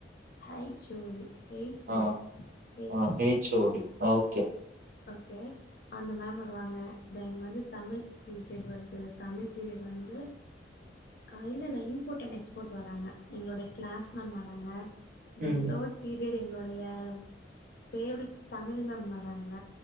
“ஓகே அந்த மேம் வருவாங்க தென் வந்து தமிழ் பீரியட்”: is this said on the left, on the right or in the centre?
Left